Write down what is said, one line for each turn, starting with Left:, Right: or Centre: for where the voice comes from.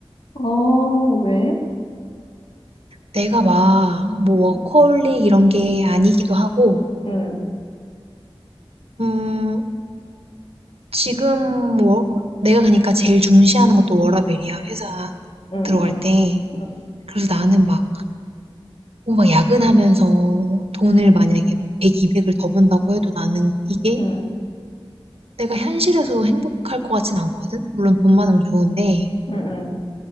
Left: 어, 왜?
Right: 내가 막, 뭐,
Left: 응,
Right: 워커홀릭 이런 게 아니기도 하고,
Left: 응,
Right: 음, 지금 워, 내가 그러니까 제일 중시하는 것도 워라밸이야. 회사
Left: 응,
Right: 들어갈
Left: 응,
Right: 때.
Left: 응,
Right: 그래서 나는 막, 뭐 막 야근하면서 돈을
Left: 응,
Right: 만약에 뭐 100, 200을 더 번다고 해도 나는 이게
Left: 응,
Right: 내가 현실에서 행복할 것 같진 않거든? 물론 돈 많으면 좋은데
Left: 응. 응.